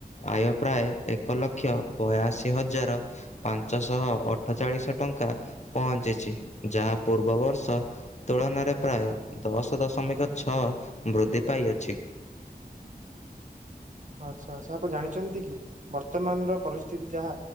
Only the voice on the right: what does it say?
ଆଚ୍ଛା ଆଚ୍ଛା। ଆପଣ ଜାଣିଛନ୍ତି କି, ବର୍ତ୍ତମାନର ପରିସ୍ଥିତି ଯାହା